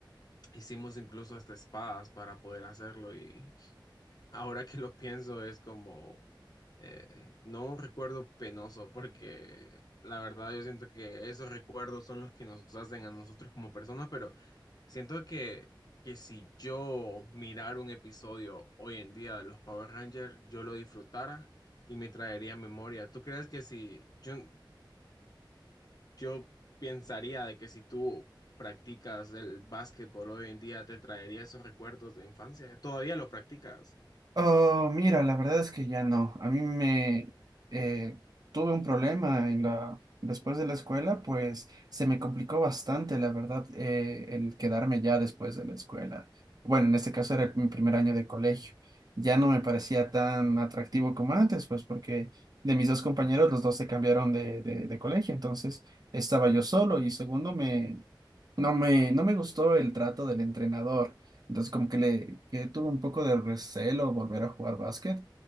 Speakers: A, on the left; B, on the right.
A: hicimos incluso hasta espadas para poder hacerlo y <laughs> ahora que lo pienso es como eh, no un recuerdo penoso porque la verdad yo siento que esos recuerdos son los que nos hacen a nosotros como personas, pero Siento que, que si yo mirara un episodio hoy en día de los Power Rangers, yo lo disfrutara y me traería memoria. ¿Tú crees que si yo, yo pensaría de que si tú practicas el básquetbol hoy en día, te traería esos recuerdos de infancia? ¿Todavía lo practicas?
B: Oh, mira, la verdad es que ya no. A mí me eh, tuve un problema en la después de la escuela, pues se me complicó bastante, la verdad, eh, el quedarme ya después de la escuela. Bueno, en este caso era mi primer año de colegio. Ya no me parecía tan atractivo como antes, pues porque de mis dos compañeros, los dos se cambiaron de, de, de colegio, entonces estaba yo solo y segundo, me no me, no me gustó el trato del entrenador. Entonces, como que le que tuve un poco de recelo volver a jugar básquet.